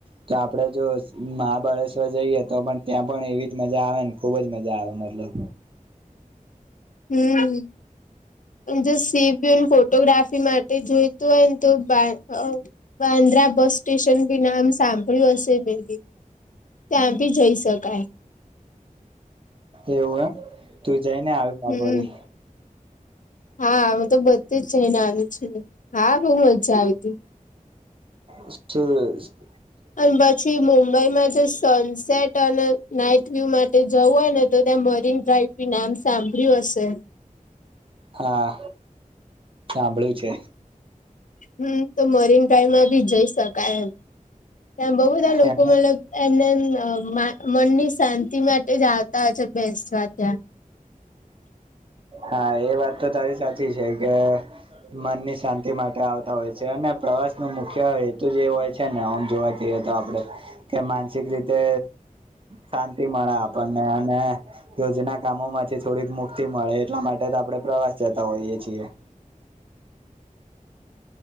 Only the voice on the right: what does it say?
તો આપડે જો મહાબળેશ્વર જઈએ તો પણ. ત્યાં પણ એવી જ મજા આવેને ખુબ જ મજા આવે મતલબ.
એવું એમ તું જઈ ને આવી
લગોડી.
શું જોયું.
હા સાંભળું છે.
એમાં
હા એ વાત તો તારી સાચી છે કે. મનની શાંતિ માટે આવતા હોય છે અને પ્રવાસ નો મુખ્ય હેતુ જે હોય. છે ને આમ જોવા જઈએ તો આપડે કે માનસિક રીતે. તે શાંતિ મળે આપણને અને રોજના કામો માંથી થોડીક મુ. ક્તિ મળે એટલા માટે તો આપણે પ્રવાસ જતા હોઈએ છીએ.